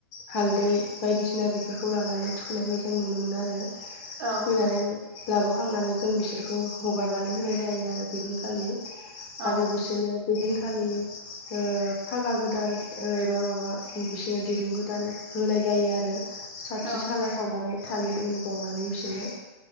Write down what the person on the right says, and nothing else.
औ
औ
औ